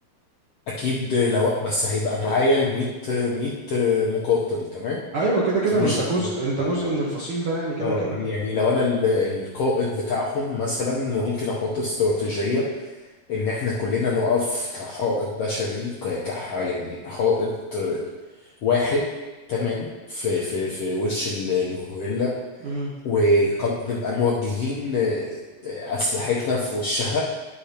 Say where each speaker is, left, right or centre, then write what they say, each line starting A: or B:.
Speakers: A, on the left; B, on the right.
A: أكيد لو بس هيبقى معايا ال 100 100 مقاتل تمام
B: ايوه كده كده
A: أكيد
B: ما
A: مش
B: انت جزء
A: هبقى لوحدي.
B: انت
A: اه
B: جزء من الفصيل ده يعني كده
A: اه
B: كده
A: يعني لو أنا ال... القائد بتاعهم مثلا ممكن أحط استراتيجية ان احنا كلنا نقف كحائط بشري ك... كح... يعني حائط آه، واحد تمام في في في وش ال- الغوريلا
B: مهم.
A: ونبقى موجهين آه، آه، اسلحتنا في وشها